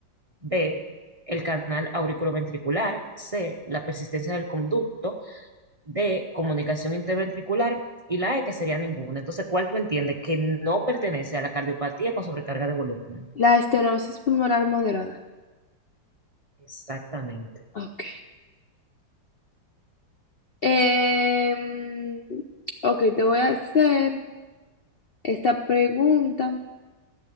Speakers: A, on the right; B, on the left.
A: B, el canal auriculoventricular, C, la persistencia del conducto, D, comunicación interventricular y la E, que sería ninguna. Entonces, ¿cuál tú entiendes que no pertenece a la cardiopatía con sobrecarga de volumen?
B: La estenosis pulmonar moderada.
A: Exactamente.
B: Ok. Em, ok, te voy a hacer esta pregunta.